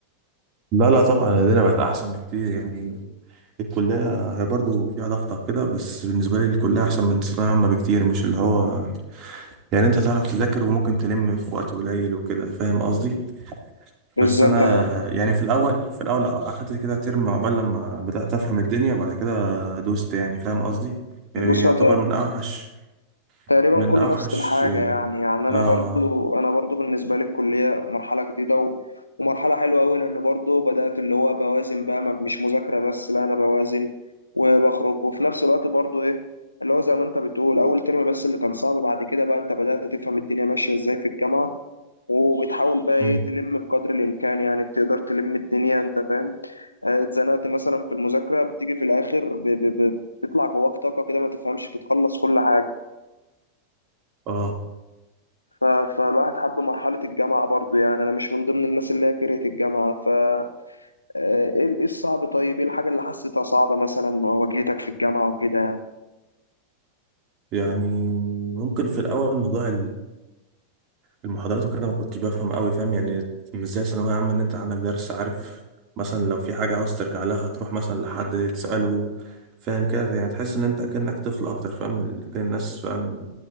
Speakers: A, on the right; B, on the left.
A: لا لا طبعا لدينا بقت احسن بكتير يعني الكلية هي برضه فيها ضغط أو كده بس بالنسبة لي الكلية أحسن من ثانوية عامة بكتير مش اللي هو يعني أنت تعرف تذاكر وممكن تلم في وقت قليل وكده فاهم قصدي
B: بالظبط
A: بس أنا
B: انا
A: يعني في الأول في الأول أخدت كده ترم عقبال لما بدأت أفهم الدنيا بعد كده دوست يعني فاهم قصدي يعني
B: بص
A: يعتبر
B: هو
A: من أوحش
B: تقريبا
A: من
B: كله
A: أوحش
B: نفس الحاجة
A: آه
B: يعني يعني أنا
A: آه
B: برضو أنا برضو بالنسبة لي الكلية مرحلة جديدة و... ومرحلة حلوة أوي لأن برضو بدأت اللي هو بوازن بقى ما- مش مذاكرة بس لا أنا بوازن وبخرج وفي نفس الوقت برضو إيه اللي هو زي ما أنت بتقول أول ترم بس اللي كان صعب بعد كده بقى أنت بدأت تفهم الدنيا ماشية إزاي في الجامعة وبتحاول بقى إيه
A: مم.
B: تلم بقدر الإمكان يعني بتقدر تلم الدنيا أنت فاهم آه، اتزنقت مثلا في المذاكرة بتيجي في الآخر ب... ب... ب... بيطلع جواك طاقة كده ما تفهمش بتخلص كل حاجة
A: آه
B: ف- فالواحد حب مرحلة الجامعة برضو يعني أنا مش من ضمن الناس اللي هي كرهت الجامعة ف آه، إيه إيه الصعب طيب إيه الحاجة اللي حسيتها صعبة مثلا واجهتك في الجامعة وكده
A: يعني ممكن في الأول موضوع المحاضرات وكده ما كنتش بفهم قوي فاهم يعني مش زي ثانوية عامة ان انت عندك درس عارف مثلا لو في حاجة عاوز ترجع لها تروح مثلا لحد تسأله فاهم كده يعني تحس ان انت اكنك طفل اكتر فاهم كل الناس فاهم